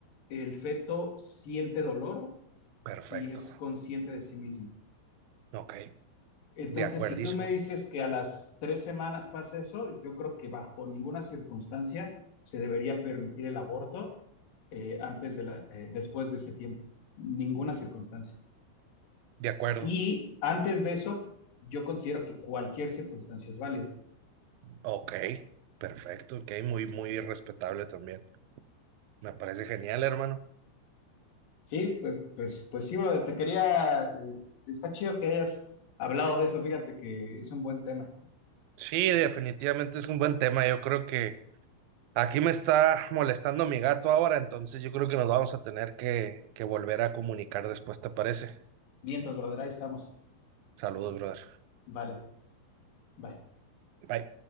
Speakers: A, on the left; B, on the right.
A: el feto siente dolor
B: Perfecto.
A: y es consciente de sí mismo.
B: Ok,
A: Entonces,
B: de acuerdísimo,
A: si tú me dices que a las tres semanas pasa eso, yo creo que bajo ninguna circunstancia se debería permitir el aborto eh, antes de la, eh, después de ese tiempo, ninguna circunstancia.
B: de acuerdo.
A: Y antes de eso, yo considero que cualquier circunstancia es válida.
B: Ok, perfecto, ok, muy, muy respetable también. Me parece genial, hermano.
A: Sí, pues, pues, pues sí, brother, te quería, eh, está chido que hayas hablado de eso, fíjate que es un buen tema.
B: Sí, definitivamente es un buen tema. Yo creo que aquí me está molestando mi gato ahora, entonces yo creo que nos vamos a tener que, que volver a comunicar después, ¿te parece?
A: Vientos, brother, ahí estamos.
B: Saludos, brother.
A: Vale, bye.
B: Bye.